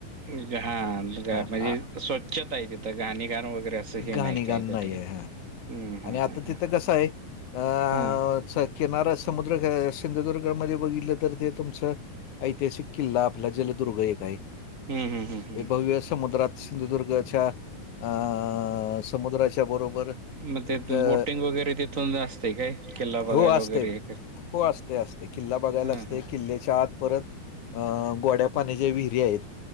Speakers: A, on the right; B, on the left.
A: हा ग
B: हां,
A: म्हणजे
B: आ,
A: स्वच्छता आहे तिथं घाणी घाण वगैरे असं हे
B: घाणी
A: नाही
B: घाण
A: काय त्या
B: नाही
A: ठिकाणी
B: आहे हा
A: हं हं
B: आणि आता
A: हं हं
B: तिथं कसं अ
A: हं
B: किनारा समुद्र सिंधुदुर्गामध्ये बघितलं तर ते तुमचं. ऐतिहासिक किल्ला आपला जलदुर्ग एक आहे
A: हं हं हं हं
B: हे भव्य समुद्रात सिंधुदुर्गच्या अ समुद्राच्या बरोबर
A: मग ते
B: एक अ,
A: बोटिंग वगैरे तिथून असते काय किल्ला
B: हो
A: बघायला
B: असते.
A: वगैरे
B: हो असते असते. किल्ला बघायला
A: हां
B: असते
A: हां
B: किल्ल्याच्या आत परत अ गोड्या पाण्याच्या विहिरी आहेत.